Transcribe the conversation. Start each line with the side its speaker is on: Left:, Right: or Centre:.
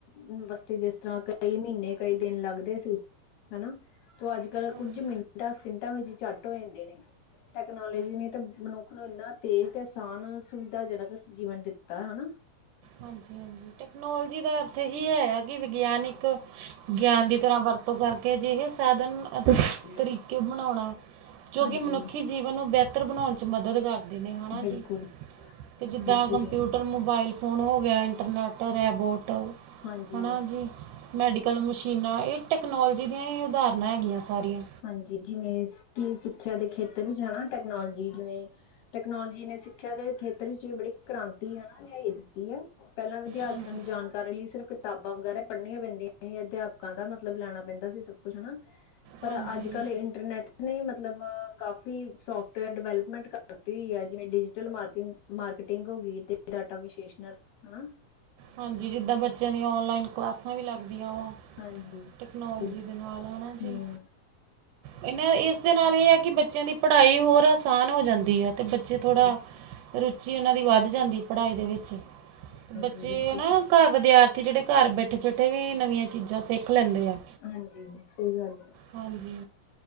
Left: ਹੁਣ ਬਸਤੇ ਜਿਸ ਤਰ੍ਹਾਂ ਕਈ ਮ੍ਹੀਨੇ ਕਈ ਦਿਨ ਲੱਗਦੇ ਸੀ ਹਨਾ। ਤੇ ਅੱਜ ਕਲ
Right: ਹਾਂਜੀ
Left: ਕੁੱਝ ਮਿੰਟਾਂ ਸਕਿੰਟਾਂ ਵਿੱਚ ਚੱਟ ਹੋ ਜਾਂਦੇ ਨੇ। ਟੈਕਨੋਲੋਜੀ ਨੇ ਤੇ ਮਨੁੱਖ ਨੂੰ ਇੰਨਾ ਤੇਜ਼ ਤੇ ਆਸਾਨ ਸੁਵਿਧਾਜਨਕ ਜੀਵਨ ਦਿੱਤਾ ਹਨਾ।
Right: ਹਾਂਜੀ-ਹਾਂਜੀ ਟੈਕਨੋਲੋਜੀ ਦਾ ਅਰਥ ਇਹੀ ਹੈ ਕਿ ਵਿਗਿਆਨਿਕ ਗਿਆਨ ਦੀ ਤਰ੍ਹਾਂ ਵਰਤੋਂ ਕਰਕੇ ਅਜਿਹੇ ਸਾਧਨ
Left: ਹਾਂਜੀ
Right: ਤਰੀਕੇ ਬਣਾਉਣਾ। ਜੋ
Left: ਹਾਂਜੀ
Right: ਕਿ ਮਨੁੱਖੀ ਜੀਵਨ ਨੂੰ ਬਿਹਤਰ ਬਣਾਉਣ 'ਚ ਮਦਦ ਕਰ ਨੇ ਹਨਾ
Left: ਬਿਲਕੁਲ
Right: ਜੀ ਤੇ ਜਿੱਦਾਂ
Left: ਬਿਲਕੁਲ
Right: ਕੰਪਿਊਟ
Left: ਜੀ
Right: ਟਰ ਮੋਬਾਈਲ ਫੋਨ ਹੋ ਗਿਆ ਇੰਟਰਨੈੱਟ ਰੈਬੋਟ
Left: ਹਾਂਜੀ
Right: ਹਨਾ ਜੀ। ਮੈਡੀਕਲ ਮਸ਼ੀਨਾਂ ਏ ਟੈਕਨੋਲਜੀ ਦੀਆਂ ਏ ਉਦਾਹਰਨਾਂ ਹੈਗੀਆਂ ਸਾਰੀਆਂ
Left: ਹਾਂਜੀ ਜਿਵੇਂ ਕਿ ਸਿੱਖਿਆ ਦੇ ਖੇਤਰ ਵਿੱਚ ਹਨਾ ਟੈਕਨੋਲੋਜੀ ਜਿਵੇਂ ਟਕਨੋਲੋਜੀ ਨੇ ਸਿੱਖਿਆ ਦੇ ਖੇਤਰ ਵਿੱਚ ਬੜੀ ਕ੍ਰਾਂਤੀ ਹਨਾ ਲਿਆਈ ਦਿੱਤੀ ਆ। ਪੈਲਾਂ ਵਿਦਿਆਰਥੀਆਂ
Right: ਹਾਂਜੀ
Left: ਨੂੰ ਜਾਣ ਕਰਨ ਲਈ ਸਿਰਫ਼ ਕਿਤਾਬਾਂ ਵਗੈਰਾ ਪੜ੍ਹਨੀਆਂ ਪੈਂਦੀਆਂ ਹੀ ਅਧਿਆਪਕਾਂ ਦਾ ਮਤਲਬ ਲੈਣਾ ਪੈਂਦਾ ਸੀ ਸਭ ਕੁਛ ਹਨਾ। ਪਰ
Right: ਹਾਂਜੀ
Left: ਅੱਜ ਕੱਲ ਏ ਇੰਟਰਨੈੱਟ ਨੇ ਮਤਲਬ ਕਾਫ਼ੀ ਸੋਫਟਵੇਅਰ ਡਿਵੈਲਪਮੈਂਟ ਕਰਤੀ ਹੋਈ ਐ ਜਿਵੇਂ ਡਿਜੀਟਲ ਮਾਰਕਿੰਗ ਮਾਰਕੀਟਿੰਗ ਹੋ ਗਈ ਤੇ ਡਾਟਾ ਵਿਸ਼ੇਸ਼ ਨਾਲ ਹਨਾ।
Right: ਹਾਂਜੀ ਜਿੱਦਾਂ ਬੱਚਿਆਂ
Left: ਇਹਦੇ ਵਿੱਚ।
Right: ਦੀਆਂ ਔਨਲਾਈਨ ਕਲਾਸਾਂ ਵੀ ਲੱਗਦੀਆਂ ਵਾ।
Left: ਹਾਂਜੀ
Right: ਟੈਕਨੋਲੋਜੀ
Left: ਬਿਲਕੁਲ
Right: ਦੇ ਨਾਲ ਹਨਾ ਜੀ।
Left: ਹੂੰ
Right: ਇਹਨਾਂ ਇਸ ਦੇ ਨਾਲ ਏ ਐ ਕਿ ਬੱਚਿਆਂ ਦੀ ਪੜ੍ਹਾਈ ਹੋਰ ਆਸਾਨ ਹੋ ਜਾਂਦੀ ਐ। ਤੇ ਬੱਚੇ
Left: ਹਾਂਜੀ
Right: ਥੋੜ੍ਹਾ ਰੁਚੀ ਉਨਾਂ ਦੀ ਵੱਧ ਜਾਂਦੀ ਪੜ੍ਹਾਈ ਦੇ ਵਿੱਚ
Left: ਹਾਂਜੀ ਹਾਂਜੀ
Right: ਜੇ
Left: ਬਿਲਕੁਲ
Right: ਨਾ
Left: ਸਹੀ
Right: ਘਰ ਵਿਦਿਆਰਥੀ ਜੇੜੇ ਘਰ ਬੈਠੇ- ਬੈਠੇ ਵੀ ਨਵੀਆਂ ਚੀਜ਼ਾਂ ਸਿੱਖ ਲੈਂਦੇ ਆ।
Left: ਹਾਂਜੀ ਸਈ ਗੱਲ ਏ।
Right: ਹਾਂਜੀ